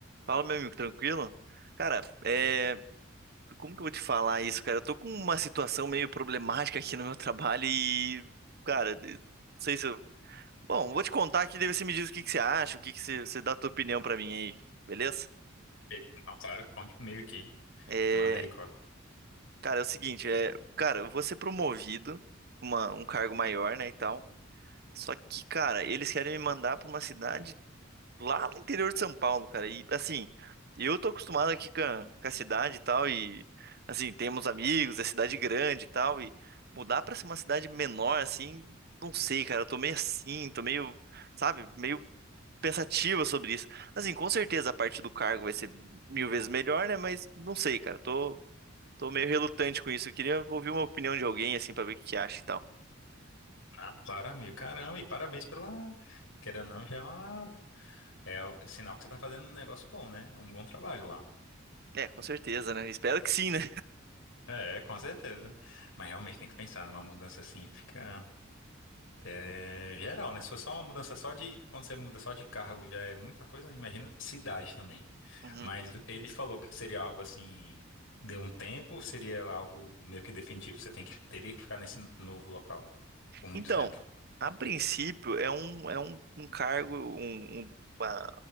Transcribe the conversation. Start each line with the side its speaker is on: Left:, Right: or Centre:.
Right: Fala, meu amigo, tranquilo? Cara, é... como que eu vou te falar isso, cara? Eu tô com uma situação meio problemática aqui no meu <laughs> trabalho e, cara, de- não sei se eu... Bom, vou te contar aqui, daí você me diz o que que você acha, o que que você, você dá a tua opinião pra mim aí, beleza?
Left: amigo. Não, claro, conte comigo aqui.
Right: É...
Left: Manda aí, Cora.
Right: Cara, é o seguinte, é... Cara, eu vou ser promovido, uma... um cargo maior, né, e tal. Só que, cara, eles querem me mandar pra uma cidade lá no interior de São Paulo, cara. E assim, eu tô acostumado aqui com a, com a cidade e tal, e assim, temos amigos, é cidade grande e tal, e mudar pra uma cidade menor, assim, não sei, cara. Eu tô meio assim, tô meio, sabe, meio pensativa sobre isso. Assim, com certeza a parte do cargo vai ser mil vezes melhor, né? Mas não sei, cara. Tô, tô meio relutante com isso. Eu queria ouvir uma opinião de alguém, assim, pra ver o que que acha e tal.
Left: Não, claro, amigo. Caramba, e parabéns pela. Querendo ou não, já é, uma... é o- é sinal que você tá fazendo um negócio bom, né? É Um bom trabalho lá.
Right: É, com certeza, né? Espero que sim, né?
Left: É, com certeza. Mas realmente tem que pensar numa mudança assim, fica é, geral, né? Se for só uma mudança só de. Quando você muda só de cargo, já é muita coisa, né? imagina cidade também.
Right: Uhum.
Left: Mas ele falou que seria algo assim, de um tempo, ou seria algo meio que definitivo. Você tem que, teria que ficar nesse novo local por muito
Right: Então,
Left: tempo.
Right: a princípio é um, é um, um cargo, um- um- uma,